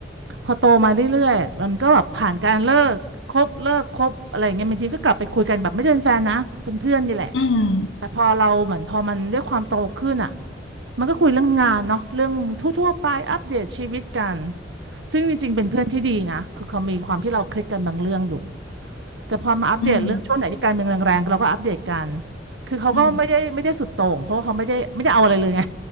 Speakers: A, on the right (about 75°); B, on the left (about 90°).
A: พอโตมาเรื่อยๆมันก็แบบผ่านการเลิกคบเลิกคบอะไรอย่างเงี้ยบางทีก็กลับไปคุยกันแบบไม่ได้เป็นแฟนนะเป็นเพื่อนนี่แหละ
B: อืม
A: แต่พอเราเหมือนพอมันด้วยความโตขึ้นอ่ะ มันก็คุยเรื่องงานเนาะเรื่องทั่วๆไปอัปเดตชีวิตกันซึ่งจริงๆเป็นเพื่อนที่ดีนะคือเขามีความที่เราคลิกกันบางเรื่องอยู่แต่พอมาอัปเดตเรื่องช่วงไหนที่การเมืองแรงๆเราก็อัปเดตกัน
B: อืม
A: คือเขาก็ไม่ได้ไม่ได้สุดโต่งเพราะว่าเขาไม่ได้ไม่ได้เอาอะไรเลยไง
B: อืม